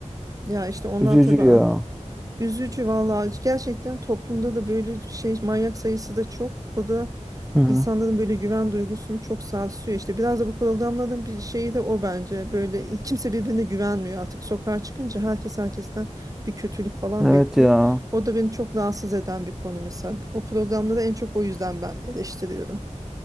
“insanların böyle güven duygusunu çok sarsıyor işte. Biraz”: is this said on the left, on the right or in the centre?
Right